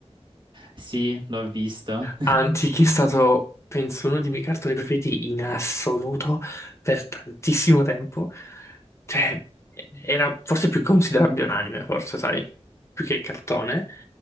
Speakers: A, on the right; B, on the left.
A: sì, l'ho visto.
B: Antic è stato, penso, uno dei miei cartoni preferiti in assoluto per tantissimo tempo. Cioè, era forse più considerabile un anime, forse, sai, più che cartone,